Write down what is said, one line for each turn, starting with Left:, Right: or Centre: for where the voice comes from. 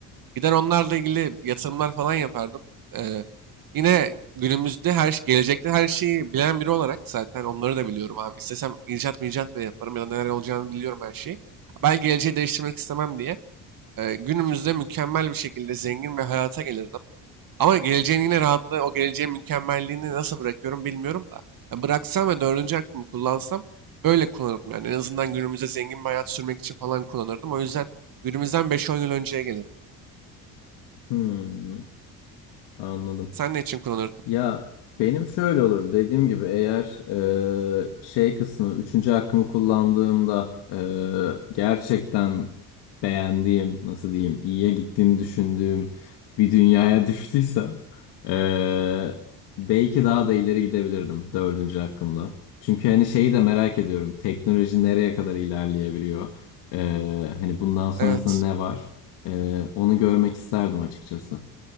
Right: Gider onlarla ilgili yatırımlar falan yapardım. Ee, yine günümüzde her şey- gelecekte her şeyi bilen biri olarak zaten onları da biliyorum abi. İstesem icat mı icat bile yaparım ya da neler olacağını biliyorum her şeyi. Ben geleceği değiştirmek istemem diye. e, günümüzde mükemmel bir şekilde zengin ve hayata gelirdim. Ama geleceğin yine rahatlığı, o geleceğin mükemmelliğini nasıl bırakıyorum bilmiyorum da. Ya bıraksam ve dördüncü hakkımı kullansam böyle kullanırdım yani. En azından günümüzde zengin bir hayat sürmek için falan kullanırdım. O yüzden günümüzden beş on yıl önceye gelirdim.
Left: Hmm, anladım.
Right: Sen ne için kullanırdın?
Left: Ya benim şöyle olur dediğim gibi eğer e, şey kısmı üçüncü hakkımı kullandığımda e, gerçekten beğendiğim nasıl diyeyim iyiye gittiğini düşündüğüm bir dünyaya <laughs> düştüysem e, belki daha da ileri gidebilirdim dördüncü hakkımla. Çünkü hani şeyi de merak ediyorum teknoloji nereye kadar ilerleyebiliyor E, hani bundan sonrasında
Right: Evet.
Left: ne var E, onu görmek isterdim açıkçası.